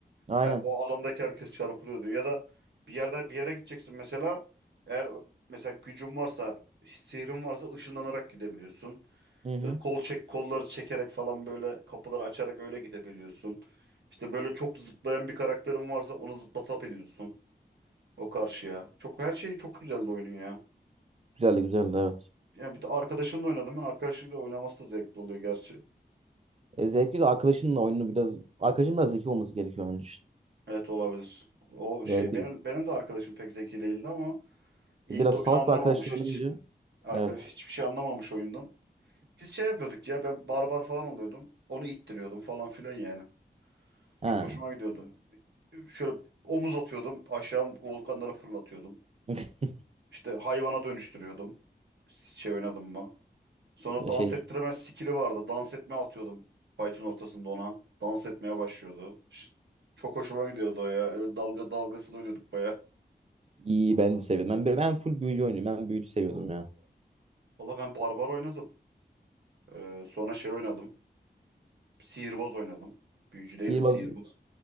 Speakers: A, on the right (about 35°); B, on the right (about 90°).
A: Aynen.
B: He, o alandaki herkes çarpılıyor diyor. Ya da bir yerde bir yere gideceksin mesela. Eğer ö- mesela gücün varsa, sihrin varsa ışınlanarak gidebiliyorsun.
A: Hı hı.
B: Ya da kol çek, kolları çekerek falan böyle kapıları açarak öyle gidebiliyorsun. İşte böyle çok zıplayan bir karakterin varsa onu zıplatabiliyorsun o karşıya. Çok her şey çok güzeldi oyunun ya.
A: Güzeldi güzeldi evet.
B: Ya bir de arkadaşınla oynadım. ben. Arkadaşıyla oynaması da zevkli oluyor gerçi.
A: E, zevkli de arkadaşınla oyunu biraz arkadaşın biraz zeki olması gerekiyor onun için.
B: Evet olabilir. O şey
A: E, bir,
B: benim benim de arkadaşım pek zeki değildi ama ilk
A: biraz
B: de oyunu
A: salak bir arkadaşla
B: anlamamış
A: oynayınca
B: hiç. Arkadaş
A: evet.
B: hiçbir şey anlamamış oyundan. Biz şey yapıyorduk ya ben barbar falan alıyordum. Onu ittiriyordum falan filan yani.
A: Ha.
B: Çok hoşuma gidiyordu. Şöyle omuz atıyordum aşağı volkanlara fırlatıyordum.
A: <laughs>
B: İşte hayvana dönüştürüyordum. Şey oynadım mı? Sonra dans
A: Şey
B: ettirme skill'i vardı. Dans etme atıyordum fight'in ortasında ona. Dans etmeye başlıyordu. Ş- Çok hoşuma gidiyordu o ya. Öyle dalga dalgasını oynuyorduk baya.
A: iyi ben de seviyorum. Ben, ben full büyücü oynuyorum. Ben büyücü seviyordum ya.
B: Valla ben barbar oynadım. Ee, sonra şey oynadım. Sihirbaz oynadım. Büyücü değil
A: Sihirbaz
B: de sihirbaz.